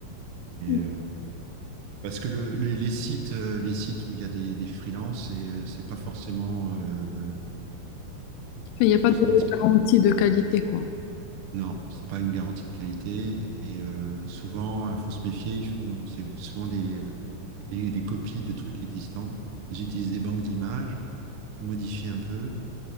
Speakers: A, on the right; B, on the left.
A: Et
B: Enfin,
A: euh, parce que le, les, les sites, euh, les sites où il y a des, des freelances, et, euh, c'est pas forcément, euh, euh,
B: il n'y
A: pas
B: a
A: forcément
B: pas de garantie de qualité, quoi.
A: Non, c'est pas une garantie de qualité. Et euh, souvent, il faut se méfier. Ils font, c'est souvent des, des, des copies de trucs existants. Ils utilisent des banques d'images qui modifient un peu.